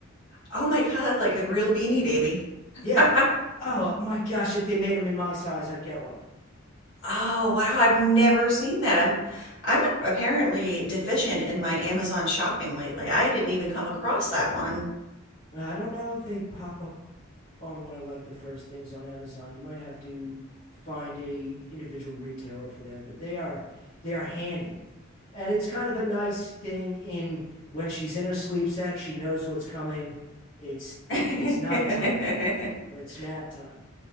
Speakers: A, on the left (about 60°); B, on the left (about 40°).
A: Oh my God, like a real beanie baby.
B: Yeah.
A: <laughs>
B: Oh my gosh, if they made them in my size, I'd get one.
A: Oh wow, I've never seen that. I'm I'm apparently deficient in my Amazon shopping lately. I didn't even come across that one.
B: I don't know if they pop up on one of like the first things on Amazon. You might have to find a individual retailer for them, but they are they are handy. And it's kind of a nice thing in when she's in her sleep sack, she knows what's coming. It's
A: <laughs>
B: it's nighttime now and or it's nap time.